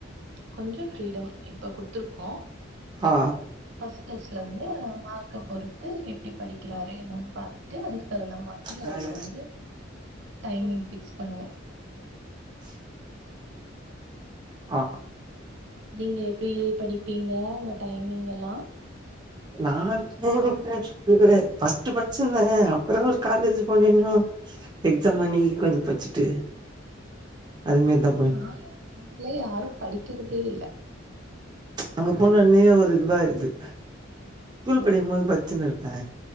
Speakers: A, on the right; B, on the right.
A: கொஞ்சம் ஃப்ரீடம் இப்ப குடுத்துருக்கோ
B: ஆ
A: ஃபர்ஸ்ட் டெஸ்ட்ல இருந்து மார்க்க பொறுத்து எப்டி படிக்கிறாரு என்னனு பாத்து ட்டு அதுக்கு தகுந்த மாதிரி
B: வேல
A: அவருக்கு வந்து டைமிங் ஃபிக்ஸ் பண்ணுவோ
B: ஆ ஆ
A: நீங்க எப்டி படிப்பீங்க உங்க டைமிங் எல்லா
B: நா டைம் எப்பயாச்சும் இப்பவே ஃபஸ்ட் படிச்சிருந்தே அப்றோ காலேஜ் போனன்னும் எக்ஸாம் அன்னைக்கு கொஞ்ச படிச்சுட்டு அது மாரி தா
A: காலேஜ் போனாலே யாரும் படிக்கிறதே இல்ல
B: அங்க போன்னோனே ஒரு இதுவா ஆயிருது
A: ம்
B: ஸ்கூல் படிக்குபோது படிச்சுன்னு இருப்பே